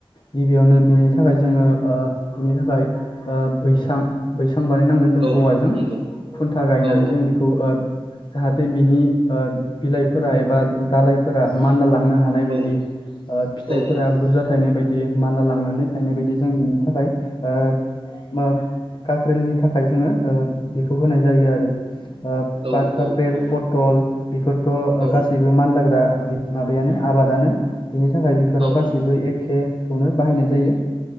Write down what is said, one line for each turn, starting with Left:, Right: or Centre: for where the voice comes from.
Left: गिबियावनो बिनि थाखाय जोङो ओ बिनि थाखाय ओ बैसां बैसा आं बानायनांगोन जों
Right: औ
Left: औवाजों
Right: नंगौ
Left: खुन्था गायनानै
Right: औ
Left: जों बेखौ ओ जाहाथे बिनि ओ बिलाइफोरा एबा दालइफोरा मानला लांनो हानाय बायदि
Right: औ
Left: ओ फिथाइफोरा
Right: औ
Left: बुरजा थायनाय बायदि मानला लांनानै थायनाय बायदि जों बिनि थाखाय ओ काख्रेलनि थाखाय जोङो ओ बेखौ होनाय जायो आरो ओ भखथ
Right: औ
Left: खाख्रेल
Right: औ औ
Left: पटल बेफोरथ' ओ
Right: औ
Left: गासैबो मानलाग्रा बि माबायानो आबादानो बिनि थाखाय बिफोराव
Right: औ
Left: गासिबो
Right: न-
Left: एखे खौनो बाहायनाय जायो